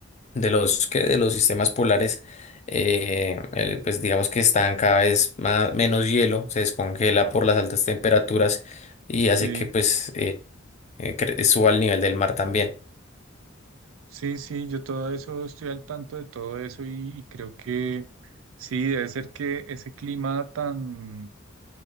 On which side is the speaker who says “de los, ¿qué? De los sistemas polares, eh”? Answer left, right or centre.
Left